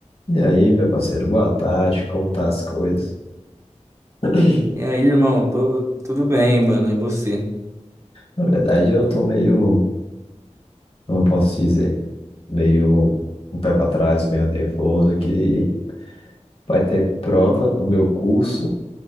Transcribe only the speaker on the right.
E aí, irmão, tô, tudo bem, mano, e você?